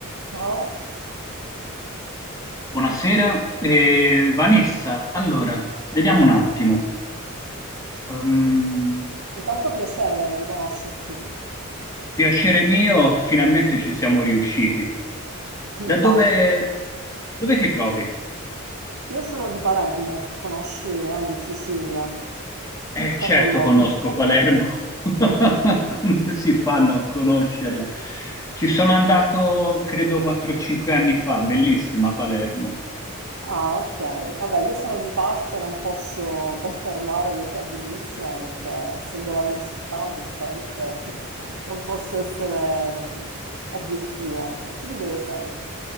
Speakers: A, on the right; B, on the left.
A: Ciao,
B: Buonasera, Eh, Vanessa. Allora, vediamo un attimo. Ehm,
A: intanto piacere di conoscerti,
B: piacere mio, finalmente ci siamo riusciti.
A: <laughs>
B: Da dove,
A: infatti.
B: dove ti trovi?
A: Io sono di Palermo, conosci, eh, in Sicilia,
B: Eh,
A: il capoluogo.
B: certo conosco
A: <laughs>
B: Palermo, <laughs> come si fanno a conoscerla? Ci sono andato, credo, 4-5 anni fa, bellissima Palermo.
A: Ah, ok. Vabbè, io sono di parte, non posso confermare che sia bellissima perché essendo la mia città, giustamente <laughs> non posso essere mm, obiettiva. E tu di dove sei?